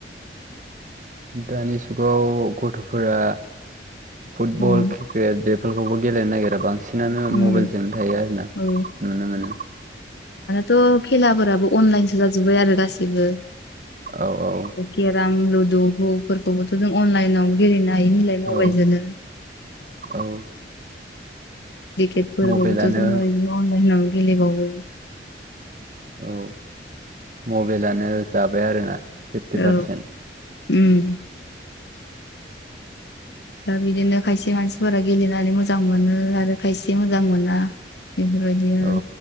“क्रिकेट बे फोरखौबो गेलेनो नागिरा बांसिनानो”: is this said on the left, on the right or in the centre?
Right